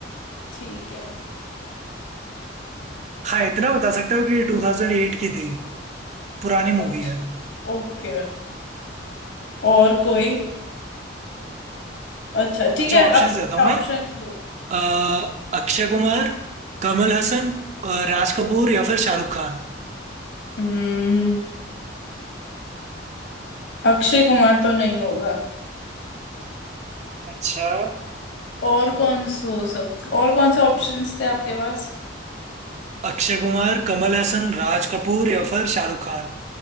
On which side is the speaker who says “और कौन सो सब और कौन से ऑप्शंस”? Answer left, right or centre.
Left